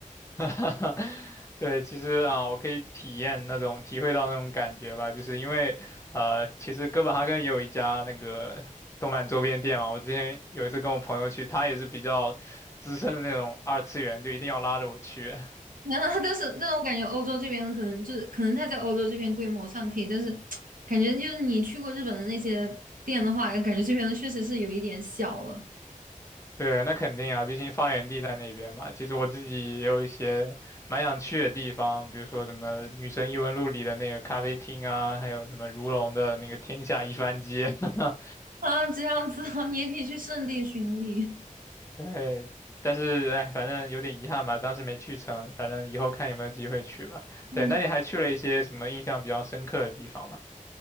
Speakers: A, on the left; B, on the right.
A: <laughs> 对，其实啊，我可以体验那种体会到那种感觉吧，就是因为呃，其实哥本哈根也有一家那个动漫周边店嘛。我之前有一次跟我朋友去，他也是比较资深的那种二次元，就一定要拉着我去。
B: 啊，但是但是我感觉欧洲这边可能就是可能它在欧洲这边规模上可以，但是感觉就是你去过日本的那些店的话，感觉这边的确实是有一点小了
A: 对，那肯定啊，毕竟发源地在那边嘛。其实我自己也有一些蛮想去的地方，比如说什么《女神异闻录》里的那个咖啡厅啊，还有什么如龙的那个天下一番街。<laughs>
B: 啊，这样子啊，你也可以去圣地巡礼。
A: 对，但是哎，反正有点遗憾吧，当时没去成，反正以后看有没有机会去吧。
B: 嗯
A: 对，那你还去了一些什么印象比较深刻的地方吗？